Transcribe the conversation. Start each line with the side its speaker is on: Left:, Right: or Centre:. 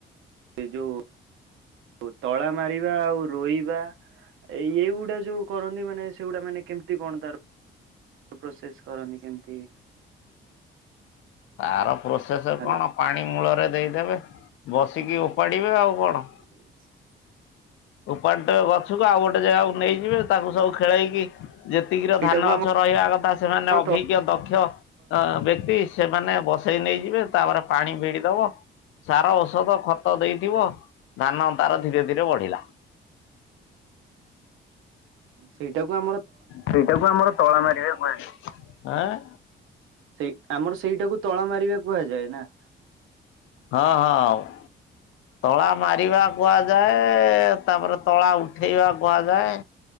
Right: ଯୋଉ ତଳା ମାରିବା ଆଉ ରୋଇବା ଏଇ ଏଇଗୁଡା ଯୋଉ କରନ୍ତି ମାନେ ସେଇଗୁଡା ମାନେ କେମିତି କଣ ତାର ପ୍ରୋସେସ କରନ୍ତି କେମତି?
Left: ତାର ପ୍ରୋସେସ
Right: ହ୍ୟାଲୋ
Left: କଣ ପାଣି ମୂଳରେ ଦେଇଦେବେ ବସିକି ଓପାଡିବେ ଆଉ କଣ।
Right: ହଁ <inaudible>
Left: ଉପାଡି ଦେବେ ଗଛକୁ ଆଉ ଗୋଟେ ଜାଗାକୁ ନେଇଯିବେ ତାକୁ ସବୁ ଖେଳେଇକି ଯେତିକିର
Right: ସେଇଟାକୁ
Left: ଧାନ ଗଛ ରହିବା କଥା ସେମାନେ
Right: ଆମ
Left: ଅଭିଜ୍ଞ ଦକ୍ଷ ବ୍ୟକ୍ତି ସେମାନେ ବସେଇ ନେଇଯିବେ ତାପରେ ପାଣି ଭିଡି ଦବ। ସାର ଔଷଧ ଖତ ଦେଇଥିବ ଧାନ ତାର ଧୀରେ ଧୀରେ ବଢିଲା।
Right: ସେଇଟାକୁ ଆମ
Left: ସେଇଟାକୁ ଆମର ତଳା ମାରିବା କୁହାଯାଏ।
Right: ସେଇ ଆମର ସେଇଟାକୁ ତଳ ମାରିବାକୁ କୁହାଯାଏ ନା।
Left: ହଁ ହଁ ତଳା ମାରିବା କୁହା ଯାଏ ତାପରେ ତଳା ଉଠେଇବା କୁହାଯାଏ।